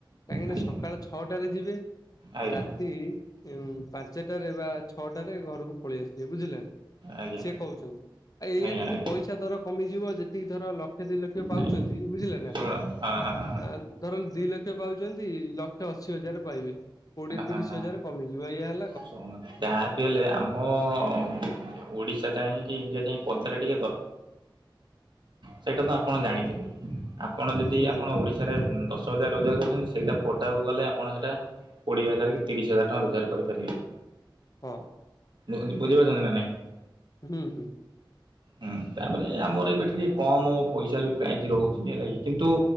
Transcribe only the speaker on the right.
ଆଜ୍ଞା
ଆଜ୍ଞା
ଆଜ୍ଞା
ଆଜ୍ଞା
ଆଜ୍ଞା
ନାଇଁ
ଶୁଣନ୍ତୁ ହଁ ହଁ ହଁ
ହଁ ହଁ
ହଁ
ଶୁଣନ୍ତୁ ତା ହେଲେ ଆମ ଓଡ଼ିଶା ଯାଇଁ କି ଇଣ୍ଡିଆ ଯାଇ ପଦାରେ ଟିକେ ଦ ସେଇଟା ତ ଆପଣ ଜାଣିଥିବେ। ଆପଣ ଯଦି
ଆପଣ ଓଡ଼ି ଓଡ଼ିଶାରେ ଦଶ ହଜାର ରୋଜଗାର କରୁଛନ୍ତି ସେଇଟା ପଦାକୁ ଗଲେ ଆପଣ ସେଟା। କୋଡ଼ିଏ ହଜାର କି ତିରିଶହଜାର ଟଙ୍କା ରୋଜଗାର କରିପାରିବେ।
<unintelligible> ବୁଝିପାରୁଛନ୍ତି ନା ନାଇଁ?
ହୁଁ ତାପରେ ଆମର ବି ଏଠି ଟିକେ କମ ପଇସା ବି ପ୍ରାଇଜ ରହୁଛି ହେଲା କି କିନ୍ତୁ।